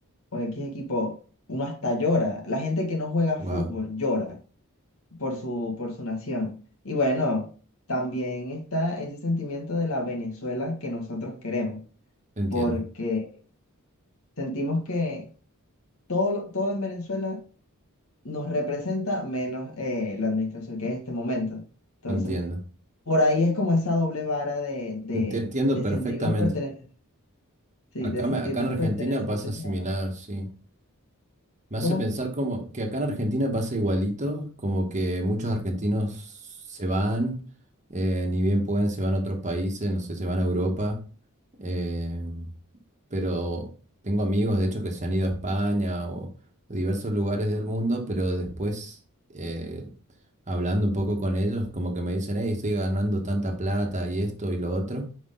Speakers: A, on the left; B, on the right.
A: o X equipo, uno hasta llora. La gente que no juega
B: Wow,
A: fútbol llora por su, por su nación. Y bueno, también está ese sentimiento de la Venezuela que nosotros queremos,
B: entiendo,
A: porque sentimos que todo, lo- todo en Venezuela nos representa menos eh, la administración que es en este momento. Entonces,
B: entiendo.
A: Por ahí es como esa doble vara de, de,
B: Te entiendo
A: de
B: perfectamente.
A: sentirnos pertenecientes. Sí,
B: Acá,
A: de sentirnos
B: me- acá en Argentina
A: pertenecientes
B: pasa similar,
A: a...
B: sí. Me hace
A: ¿Cómo?
B: pensar como que acá en Argentina pasa igualito, como que muchos argentinos se van, eh, ni bien pueden, se van a otros países, no sé, se van a Europa. eh, pero tengo amigos, de hecho, que se han ido a España o a diversos lugares del mundo, pero después, eh, hablando un poco con ellos, como que me dicen, hey, estoy ganando tanta plata y esto y lo otro